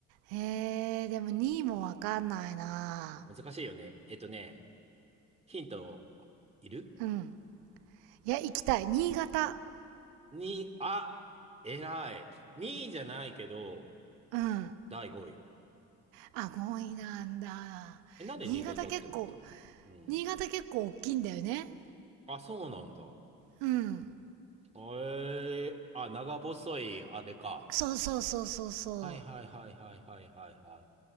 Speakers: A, on the right; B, on the right.
A: えー、でも2位もわかんないな。
B: 難しいよね。えっとね、ヒントいる
A: うん。いや、行きたい。新潟。
B: に、あ、偉い。2位じゃないけど、
A: うん。
B: 第5位。
A: あ、ごいなんだ。
B: え、なんで新潟って思ったのうん。
A: 新潟結構、新潟結構大きいんだよね。
B: あ、そうなんだ。
A: うん。
B: えー、あ、長細い、あれか。
A: そうそうそうそうそう。
B: はいはいはいはいはいはいはい。